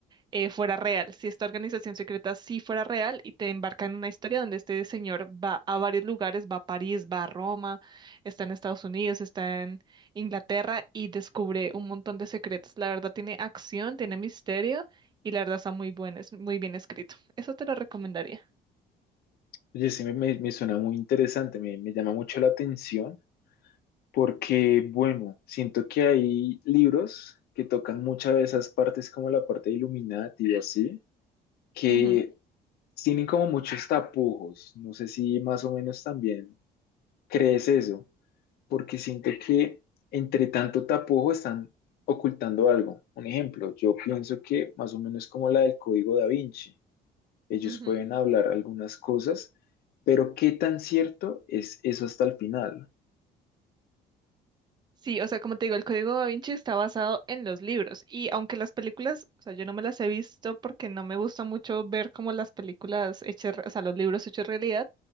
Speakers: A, on the right; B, on the left.
A: eh, fuera real, si esta organización secreta sí fuera real y te embarca en una historia donde este señor va a varios lugares, va a París, va a Roma, está en Estados Unidos, está en Inglaterra y descubre un montón de secretos. La verdad tiene acción, tiene misterio y la verdad está muy bueno, es muy bien escrito. Eso te lo recomendaría.
B: Oye, sí me, me- me suena muy interesante, me, me llama mucho la atención, porque bueno, siento que hay libros que tocan muchas de esas partes como la parte de Illuminati y así, que
A: Ujú,
B: tienen como muchos tapujos, no sé si más o menos también crees eso. porque siento que entre tanto tapujo están ocultando algo. Un ejemplo, yo pienso que más o menos como la del Código Da Vinci, ellos
A: ujú.
B: pueden hablar algunas cosas, pero qué tan cierto es eso hasta el final.
A: Sí, o sea, como te digo, el Código Da Vinci está basado en los libros y aunque las películas, o sea, yo no me las he visto porque no me gusta mucho ver como las películas hechas, re- o sea, los libros hechos realidad,